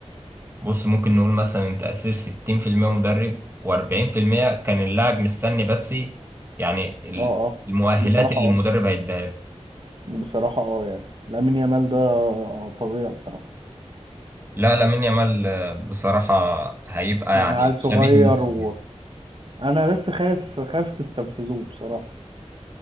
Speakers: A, on the right; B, on the right.
A: بص ممكن نقول مثلا أنت أسير 60% مدرب و40% كان اللاعب مستني بس يعني ال-
B: اه اه
A: المؤهلات
B: بصراحه
A: اللي
B: اه
A: المدرب هيديها له
B: بصراحه اه يعني لامين يامال ده فظيع بصراحه
A: لا لامين يامال آه، بصراحة هيبقى
B: يعني
A: يعني
B: عيل صغير
A: شبيه ميسي
B: و... انا بس خايف خايف تستنفذوه بصراحه